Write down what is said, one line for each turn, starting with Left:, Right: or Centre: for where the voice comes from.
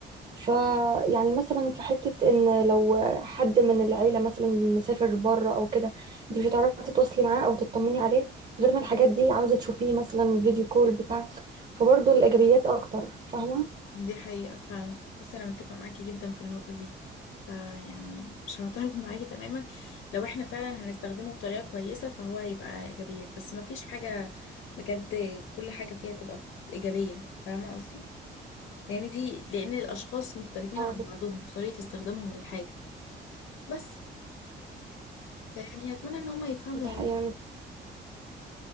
Right: فيعني مثلا في حتة ان لو حد من العيلة مثلا مسافر بره او كده انت مش هتعرفي تتواصلي معاه او تطمني عليه غير ما الحاجات دي عاوزة تشوفيه مثلا فيديو كول بتاع فبرضه الايجابيات اكتر فاهمة
Left: دي حقيقة فعلا بصي انا متفق معاكي جدا في النقطة دي فيعني مش هعترض <laughs> معاكي تماما لو احنا فعلا هنستخدمه بطريقة كويسة فهو هيبقى ايجابيات بس مفيش حاجة بجد كل حاجة فيها تبقى ايجابية فاهمة قصدي؟ لان دي لان الاشخاص مختلفين
Right: اه
Left: عن بعضهم في طريقة استخدامهم للحاجة بس يعني اتمنى ان هم يفهموا
Right: ده حقيقة